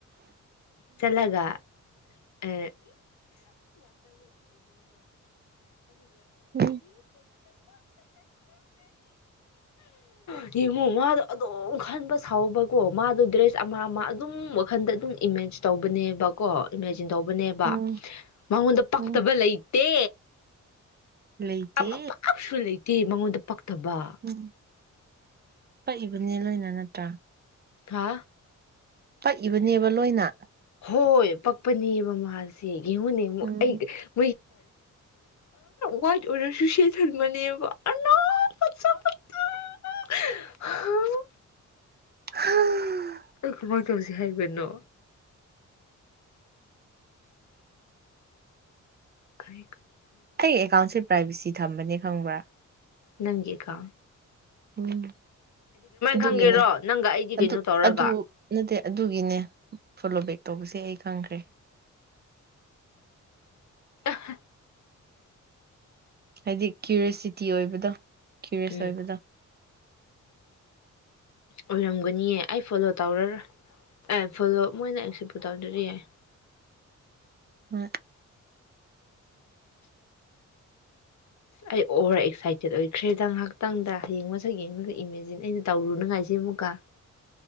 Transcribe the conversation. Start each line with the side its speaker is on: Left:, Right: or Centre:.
Left: ꯆꯠꯂꯒ <unintelligible>
Right: ꯎꯝ
Left: <unintelligible> ꯌꯦꯡꯉꯨ ꯃꯥꯗꯣ ꯑꯗꯨꯝ ꯈꯟꯕ ꯁꯥꯎꯕꯀꯣ ꯃꯥꯗꯣ ꯗ꯭ꯔꯦꯁ ꯑꯃ ꯑꯃ ꯑꯗꯨꯝ ꯋꯥꯈꯟꯗ ꯑꯗꯨꯝ ꯏꯃꯦꯖ ꯇꯧꯕꯅꯦꯕꯀꯣ ꯆꯤꯟ ꯇꯧꯕꯅꯦꯕ
Right: ꯎꯝ
Left: ꯃꯉꯣꯟꯗ ꯄꯛꯇꯕ
Right: ꯎꯝ
Left: ꯂꯩꯇꯦ
Right: ꯂꯩꯇꯦ
Left: ꯑꯃ ꯀꯁꯨ ꯂꯩꯇꯦ ꯃꯉꯣꯟꯗ <unintelligible> ꯇꯕ
Right: ꯎꯝ ꯄꯛꯏꯕꯅꯦ ꯂꯣꯏꯅ ꯅꯠꯇ꯭ꯔꯥ
Left: ꯍꯥ
Right: ꯄꯛꯏꯕꯅꯦꯕ ꯂꯣꯏꯅ
Left: ꯍꯣꯏ ꯄꯛꯄꯅꯦꯕ ꯃꯥꯁꯦ <unintelligible> <unintelligible>
Right: ꯎꯝ
Left: ꯋꯥ ꯑꯣꯔꯁꯨꯁꯦ ꯊ ꯃꯅꯤꯕ <unintelligible>
Right: <unintelligible>
Left: ꯑꯩ ꯀꯃꯥꯏꯅ ꯇꯧꯁꯤ ꯍꯥꯏꯕꯅꯣ ꯀꯔꯤ
Right: ꯑꯩ ꯑꯦꯀꯥꯎꯟꯁꯤ ꯄꯥꯏꯚꯦꯁꯤ ꯊꯝꯕꯅꯤ ꯈꯪꯕ꯭ꯔꯥ
Left: ꯅꯪꯒꯤꯑꯀꯥ
Right: ꯎꯝ ꯑꯗꯨꯒꯤꯅꯦ
Left: ꯈꯪꯒꯦꯔꯣ ꯅꯪꯒ ꯑꯩꯗꯤ
Right: ꯑꯗꯨ
Left: ꯀꯩꯅꯣ ꯇꯧꯔꯒ
Right: ꯑꯗꯨ ꯅꯠꯇꯦ ꯑꯗꯨꯒꯤꯅꯦ ꯐꯣꯂꯣꯕꯦꯛ ꯇꯧꯕꯁꯦ ꯑꯩ ꯊꯪꯈ꯭ꯔꯦ
Left: ꯑꯥ ꯍꯥ
Right: ꯍꯥꯏꯗꯤ ꯀ꯭ꯌꯔꯤꯣꯁꯤꯇꯤ ꯑꯣꯏꯕꯗꯣ ꯀ꯭ꯌꯔꯤꯁ
Left: ꯎꯝ
Right: ꯑꯣꯏꯕꯗ
Left: ꯑꯣꯏꯔꯝꯒꯅꯤꯌꯦ ꯑꯩ ꯐꯣꯂꯣ ꯇꯧꯔꯔ ꯑꯦ ꯐꯣꯂꯣ ꯃꯣꯏꯅ ꯑꯦꯛꯁꯦꯄꯨ ꯇꯧꯗꯔꯤ ꯌꯥꯏ
Right: ꯍꯣꯏ
Left: ꯑꯩ ꯑꯣꯚꯔ ꯑꯦꯛꯁꯥꯏꯇꯦꯠ ꯑꯣꯏꯈ꯭ꯔꯦꯗ ꯉꯥꯏꯍꯥꯛꯇꯪꯗ ꯍꯌꯦꯡ ꯃꯁꯛ ꯌꯦꯡꯉꯒ ꯏꯃꯦꯖꯤꯟ ꯑꯩꯅ ꯇꯧꯔꯨꯅꯉꯥꯏꯁꯤꯦ ꯑꯃꯨꯛꯀ